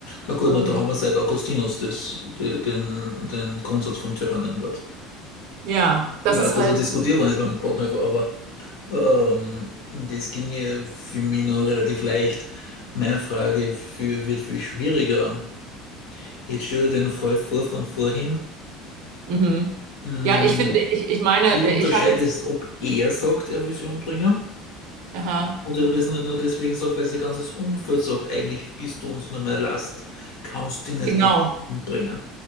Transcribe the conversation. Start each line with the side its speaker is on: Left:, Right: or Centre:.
Left: Na gut,
Right: Und
Left: na, da haben wir seit Augustinus das, de- den, den Grundsatz vom Tyrannenmord.
Right: ja, das
Left: Ich weiß,
Right: ist
Left: dass
Right: halt,
Left: er diskutiert worden ist beim Bonhoeffer, aber ähm, das ginge für mich noch relativ leicht. Meine Frage für, wird viel schwieriger. Jetzt stell dir den Fall vor von vorhin.
Right: mhm.
Left: Mhm.
Right: Ja, ich finde, ich, ich meine,
Left: Wie
Right: äh,
Left: unterscheidest,
Right: ich habe jetzt,
Left: ob er sagt, er will sie umbringen?
Right: aha,
Left: Oder wir es nur, nur deswegen sagt, weil sein ganzes Umfeld sagt, eigentlich bist du uns nur mehr Last, kannst dich nicht
Right: genau.
Left: endlich umbringen.